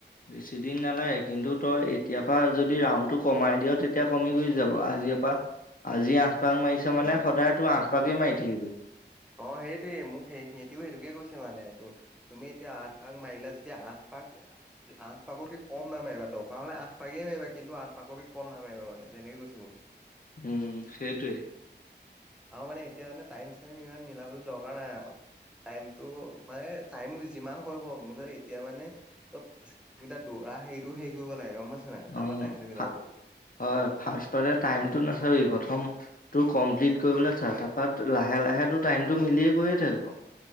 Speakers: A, on the left; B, in the centre.
A: বেছি দিন নালাগে কিন্তু তই এতিয়া পা যদি ৰাউণ্ডটো কমাই দিয় তেতিয়া কমি গুছি যাব। আজিঅপা আজি আঠ পাক মাৰিছে মানে সদায় তোৰ আঠ পাকেই মাৰি থাকিবি।
B: অ সেইটয়ে মোক সেই সিহঁটিও সেইটোকে কৈছে মানেটো তুমি এতিয়া আঠ পাাক মাৰিলা যেতিয়া আঠ পাক আঠ পাকৰকে কম নামাৰিবা দকা হলে আঠ পাকে মাৰিবা কিন্তু আঠ পাকৰকে কম নামাৰিবা মানে। এনেকে গৈছে মুক।
A: উম সেইটোৱে।
B: আৰু মানে এতিয়া জানে টাইম চাইম ইমান মিলাবলে দৰকাৰ নাই আৰু টাইমতটো মানে টাইম যিমান হয় হওক মুধৰে এতিয়া মানে ত পাঁচ কমিটাৰ দূৰ- পুৰা হেৰিটো হেৰি কৰিব লাগে গম নাই তাৰপৰা
A: অ হয়
B: টাইমটো মিলাব লাগিব
A: ফাৰ্ষ্টততে টাইমটো নাচিবি প্ৰথম- তোৰ কমপ্লিট কৰিবলৈ চা তাৰপাত লাহে লাহে তোৰ টাইমটো মিলিয় গৈয়ে থাকিব।